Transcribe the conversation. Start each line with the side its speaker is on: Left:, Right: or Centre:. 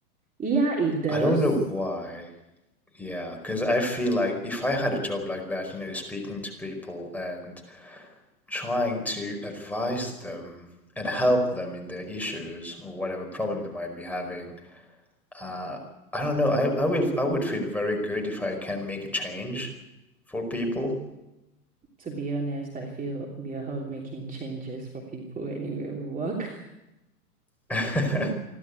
Right: Yeah, it does.
Centre: I don't know why. Yeah, because I feel like if I had a job like that, you know, speaking to people and trying to advise them and help them in their issues or whatever problem they might be having, Uh, I don't know. I, I will I would feel very good if I can make a change for people.
Right: To be honest, I feel we are all making changes for people anywhere we work. <laughs>
Centre: <laughs>
Right: Mm.